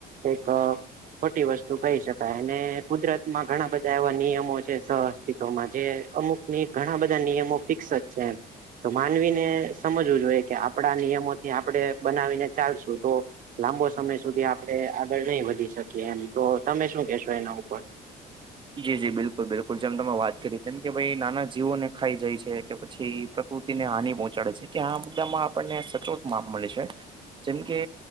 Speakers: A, on the right; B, on the right.
A: એક ખોટી વસ્તુ કહી શકાય અને કુદરત માં ઘણા બધા <unintelligible> એવા નિયમો છે, સહઅસ્તિત્વમાં જે અમુક ઘણા બધા નિયમો ફિક્સ જ છે. તો માનવીને સમજવું જોઈએ કે આપડા નિયમોથી આપણે બનાવીને ચાલશું તો લાંબો સમય સુધી આપણે આગળ નહી વધી શકીએ એમ તો તમે શું કેશો એના ઉપર
B: જી જી બિલકુલ બિલકુલ જેમ તમે વાત કરી તેમમ કે ભાઈ નાના જીવોને ખાઈ જાય છે, કે પછી પ્રકૃતિને હાનિ પહોંચાડે છે, કે આ મુદ્દામાં આપણને સચોટ માપ મળે છે જેમ કે